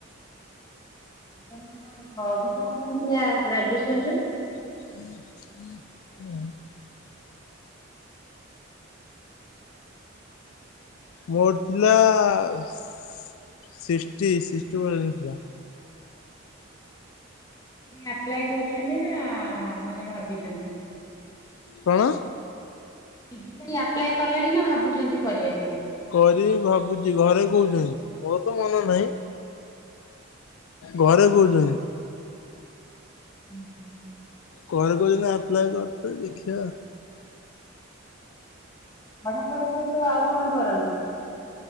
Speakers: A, on the left; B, on the left.
A: ଆପଣଙ୍କର କେତେ ପରସେଣ୍ଟ ଥିଲା ଗ୍ରାଜୁଏସନ ରେ?
B: <unintelligible> ମୋର ଥିଲା ସିକ୍ସଟି ସିକ୍ସଟି ଭଳିଆ ଥିଲା।
A: ଆପ୍ଲାଏ କରୁଛନ୍ତି ନା ମାନେ ଭାବିଛନ୍ତି?
B: କଣ?
A: ପିଜି ପାଇଁ ଆପ୍ଲାଏ କଲେଣି ନା ଭାବୁଛନ୍ତି କରିବା ପାଇଁ?
B: କରିବି ଭାବୁଛି ଘରେ କହୁଛନ୍ତି ମୋର ତ ମନ ନାହିଁ। ଘରେ କହୁଛନ୍ତି।
A: <inaudible>
B: ଘରେ କହୁଛନ୍ତି ଆପ୍ଲାଏ କରି ତେ ଦେଖିଆ।
A: ପଢାପଢି ସହିତ ଆଉ କଣ କରନ୍ତି?